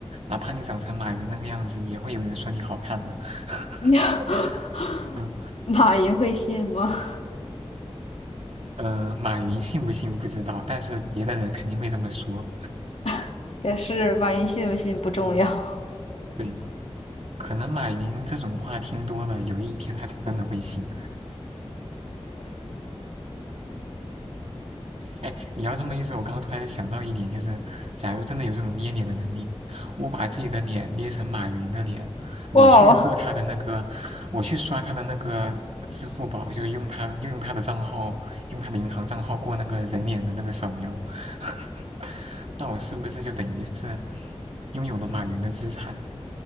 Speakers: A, on the right (about 70°); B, on the left (about 70°).
A: 哪怕你长成马云那个样子，也会有人说你好看的。<laughs>
B: <laughs>
A: 嗯
B: 马云会信吗？
A: 呃，马云信不信不知道，但是别的人肯定会这么说。
B: <laughs> 也是，马云信不信不重要。
A: 嗯，对，可能马云这种话听多了，有一天他真的会信。哎，你要这么一说，我刚刚突然想到一点，就是假如真的有这种捏脸的能力，我把自己的脸捏成马云的脸，我去过他的那个，
B: 哇哦，
A: 我去刷他的那个支付宝，就用他的用他的账号，用他的银行账号过那个人脸的那个扫描，<laughs> 那我是不是就等于是拥有了马云的资产？